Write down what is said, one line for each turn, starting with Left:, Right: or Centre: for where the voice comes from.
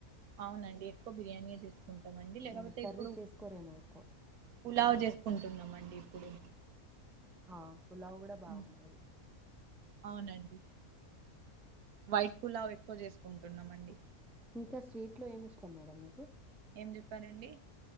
Right: అవునండి ఎక్కువ బిర్యానీయే తీ కుంటామండి లేకపోతే
Centre: ఉమ్ కర్రీ
Right: ఇప్పుడు
Centre: చేసుకోరేమో ఎక్కువ
Right: పులావ చేసుకుంటున్నాం అండి ఇప్పుడు
Centre: అ పులావు గుడా బాగుంటది
Right: ఉమ్, అవునండి వైట్ పులావ్ ఎక్కువ చేసుకుంటున్నామండి
Centre: ఇంకా స్వీట్ లో ఏమిష్టం మేడం మీకు
Right: ఏం చెప్పారండి.